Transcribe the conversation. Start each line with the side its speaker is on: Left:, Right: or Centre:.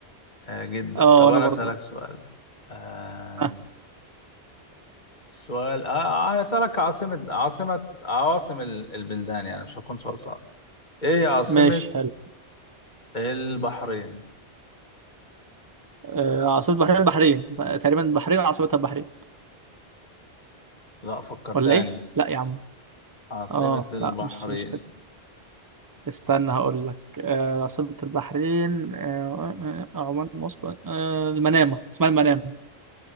Left: آه جدا
Right: اه
Left: طب انا
Right: انا برضو
Left: اسالك سؤال آه
Right: آه
Left: السؤال آه آه، انا اسالك عاصمة عاصمة عواصم ال- البلدان يعني مش هكون سؤال صعب ايه هي عاصمة
Right: ماشي حلو
Left: البحرين
Right: آه عاصمه بحرين البحرين تقريبا البحرين عاصمتها البحرين
Left: لا فكر تاني
Right: ولا ايه لا يا عم
Left: عاصمة
Right: اه
Left: البحرين
Right: لا مش مش كده استنى هقول لك آه عاصمه البحرين آه آه، آه، عمان موسكو آه المنامه اسمها المنامه